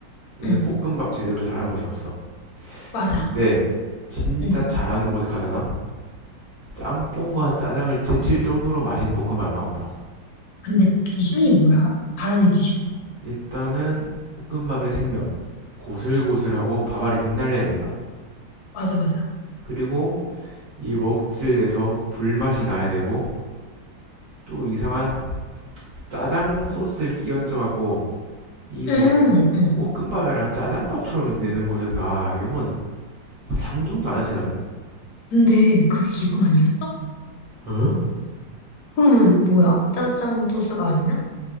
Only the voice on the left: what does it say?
응.
맞아.
응.
근데 기준이 뭐야? 잘하는 기준.
맞아, 맞아.
응, 응.
근데 그게 기본 아니었어?
그러면 뭐야? 짜장 소스가 아니면?